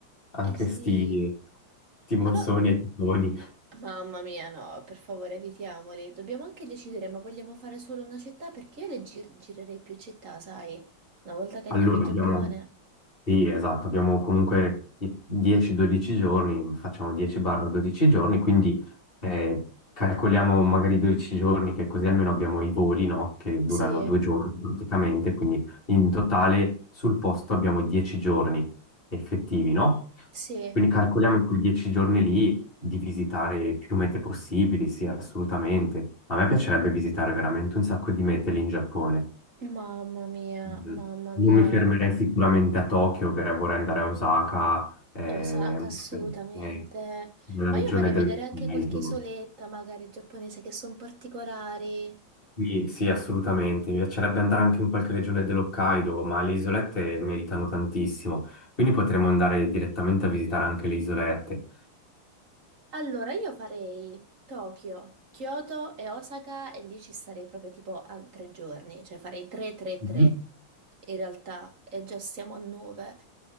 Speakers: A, on the left (about 25°); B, on the right (about 40°).
A: anche
B: Eh sì,
A: sti, sti monsoni
B: ma no,
A: e tifoni.
B: mamma mia no, per favore evitiamoli, dobbiamo anche decidere ma vogliamo fare solo una città perché io le gir- girerei più città, sai, una volta che andiamo
A: Allora,
B: in Giappone.
A: abbiamo, sì, esatto, abbiamo comunque i- 10-12 giorni, facciamo 10-12 giorni, quindi eh, calcoliamo magari 12 giorni, che così almeno abbiamo i voli, no? Che durano
B: Sì,
A: due giorni praticamente, quindi in totale sul posto abbiamo 10 giorni effettivi, no?
B: sì,
A: Quindi calcoliamo quei 10 giorni lì di visitare più mete possibili, sì, assolutamente. A me piacerebbe visitare veramente un sacco di mete lì in Giappone.
B: mamma mia,
A: Mm.
B: mamma mia.
A: Non mi fermerei sicuramente a Tokyo, per- vorrei andare a Osaka, eh,
B: Osaka, assolutamente.
A: eh, nella
B: Ma
A: regione
B: io vorrei vedere
A: dell'Hokkaido.
B: anche qualche isoletta, magari giapponese, che sono particolari.
A: Sì, sì, assolutamente. Mi piacerebbe andare anche in qualche regione dell'Hokkaido, ma le isolette meritano tantissimo. Quindi potremmo andare direttamente a visitare anche le isolette.
B: Allora io farei Tokyo, Kyoto e Osaka e lì ci starei proprio tipo a tre giorni, cioè farei 3-3-3
A: Mhm.
B: in realtà e già siamo a 9.